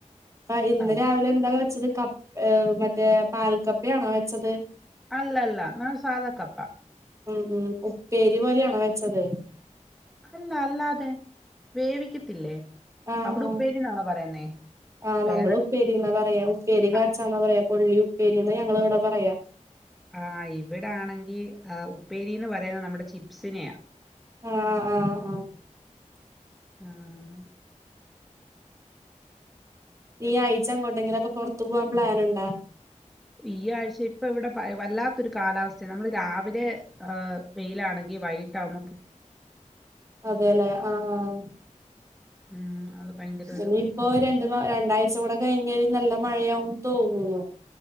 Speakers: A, on the right; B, in the centre.
A: അപ്പ ഇന്ന്
B: ആ,
A: രാവിലെ എന്താ വെച്ചത് കപ്പ മറ്റേ പാൽ കപ്പയാണോ വെച്ചത്
B: അല്ല അല്ല ഞാൻ സാധ കപ്പ
A: ഉം ഉം ഉപ്പേരി പോലെയാണോ വെച്ചത്
B: അല്ല അല്ലാതെ വേവിക്കത്തില്ലേ
A: ആഹ്
B: അവിടെ
A: ആഹ്
B: ഉപ്പേരിന്നാണോ പറയുന്നേ
A: ആഹ്
B: വേറെ
A: നമ്മള് ഉപ്പേരിന്നാ പറയാ ഉപ്പേരി കാച്ചാന്നാ
B: ആ
A: പറയാ കൊള്ളി ഉപ്പേരീന്ന് ഞങ്ങള് ഇവിടെ പറയാ
B: ആഹ് ഇവിടെ ആണെങ്കി ആഹ് ഉപ്പേരീന്ന് പറയുന്നത് നമ്മടെ ചിപ്സിനെയ
A: ആഹ് ആഹ് ആഹ്
B: ആഹ്
A: ഈ ആഴ്ച എങ്ങോട്ടെങ്കിലൊക്കെ പൊറത്തു പൂവാൻ പ്ലേൻണ്ടാ
B: ഈ ആഴ്ച ഇപ്പവിടെ വല്ലാത്തൊരു കാലാവസ്തേ നമ്മള് രാവിലെ ഏ വെയിലാണെങ്കി വൈകിട്ടാവുമ്പോ
A: അതേലേ ആആഹ്
B: ഉം, അത് ഭയങ്കര ഒരു
A: ഇനിയിപ്പോ
B: ഉം,
A: രണ്ട് മാ രണ്ടാഴ്ച കൂടെ കഴിഞ്ഞഴ്‌ നല്ല മഴയാവും തോന്നുന്നു